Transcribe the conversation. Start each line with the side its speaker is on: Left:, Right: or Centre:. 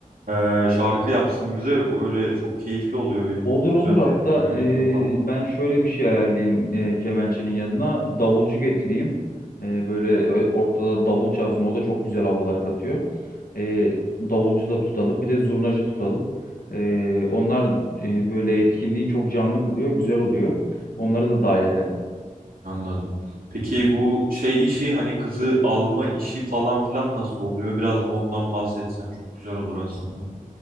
Right: e, şarkı yapsın bize. Öyle çok keyifli oluyor benim
Left: Olur
Right: kuzenlerimin
Left: olur hatta
Right: düğününden
Left: eee,
Right: falan.
Left: ben şöyle bir şey ayarlayayım eee, kemençenin yanına davulcu getireyim Eee, böyle ö- ortada davul çalsın o da çok güzel havalar katıyor Eee, davulcu da tutalım bir de zurnacı tutalım Eee, onlar eee, böyle etkinliği çok canlı kılıyor güzel oluyor onları da dahil edelim.
Right: Anladım. Peki bu şey işi hani kızı alma işi falan filan nasıl oluyor? Biraz da ondan bahsetsen çok güzel olur aslında.